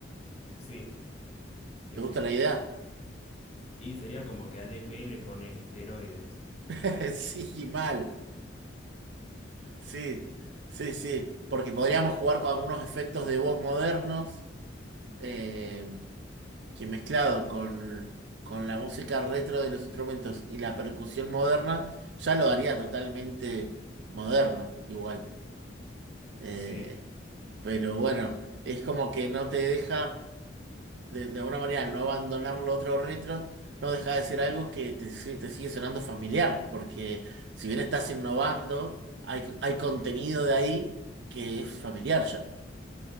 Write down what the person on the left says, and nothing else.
Sí, sí,
sí.
Y sería como que al EP le pones esteroides.
Sí,